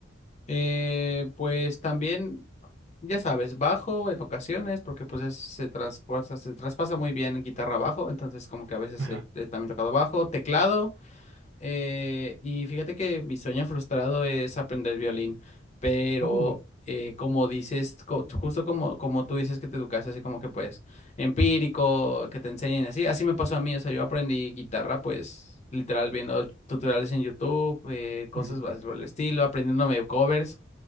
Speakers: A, on the left; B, on the right.
A: Eh, pues también, ya sabes, bajo en ocasiones, porque pues es- se transporta, se traspasa muy bien guitarra bajo, entonces como que a veces
B: Ajá.
A: he, he también tocado bajo, teclado. Eh, y fíjate que mi sueño frustrado es aprender violín, pero
B: Uy.
A: eh, como dices, co- tú- justo como, como tú dices que te educaste así como que pues empírico, que te enseñen así, así me pasó a mí, o sea, yo aprendí guitarra pues literal viendo tutoriales en YouTube, eh, cosas
B: Ujú.
A: así por el estilo, aprendiéndome covers.